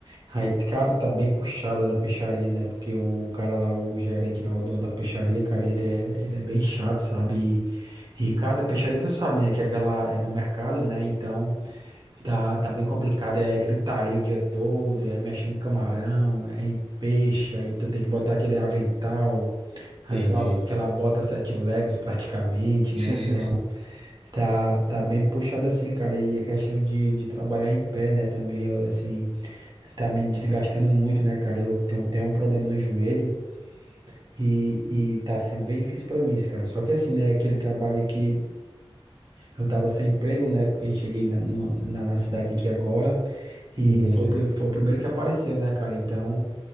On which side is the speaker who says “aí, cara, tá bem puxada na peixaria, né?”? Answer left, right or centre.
Right